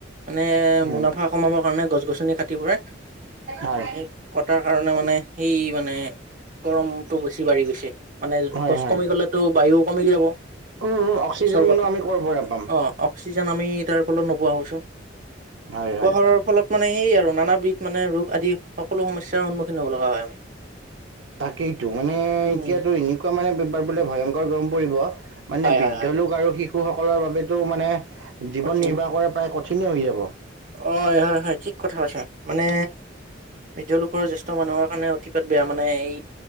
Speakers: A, on the right; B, on the right.
A: মানে
B: উম
A: মুনাফা কমাবৰ কাৰণে গছ-গছনি কাটি ফুৰে।
B: হয়
A: এই কটাৰ কাৰণে মানে সেই মানে গৰমটো বেছি বাঢ়ি গৈছে মানে
B: হয়
A: গছ
B: হয়
A: কমি গ'লে তো বায়ু কমি যাব।
B: উম উম অক্সিজেনো
A: গছৰ বতাহ
B: আমি ক'ৰ পৰা পাম
A: অঁ অক্সিজেন আমি তাৰ ফলত নোপোৱা হৈছোঁ।
B: হয়
A: নোপোৱা
B: হয়
A: হোৱাৰ ফলত মানে সেই আৰু নানা বিধ মানে ৰোগ আদি সকলো সমস্যাৰ সন্মুখীন হব লগা হয় আমি
B: তাকেইতো মানে
A: উম
B: এতিয়াতো এনে এনেকুৱা মানে এইবাৰ বোলে ভয়ংকৰ গৰম পৰিব মানে
A: হয়
B: বৃদ্ধ
A: হয় হয়
B: লোক আৰু শিশু শিশুসকলৰ বাবেতো মানে জীৱন
A: অতি
B: নিৰ্বাহ কৰা প্ৰায় কঠিনেই হৈ যাব।
A: অ! হয়-হয়-হয় ঠিক কথা কৈছা। মানে বৃদ্ধ লোকৰ জ্যেষ্ঠ মানুহৰ কাৰণে অতিপাত বেয়া মানে এই